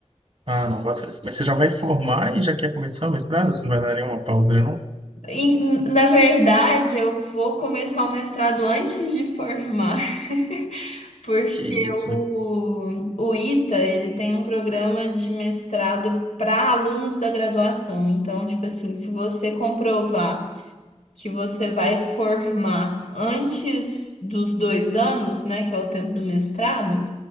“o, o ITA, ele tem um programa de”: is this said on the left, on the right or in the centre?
Left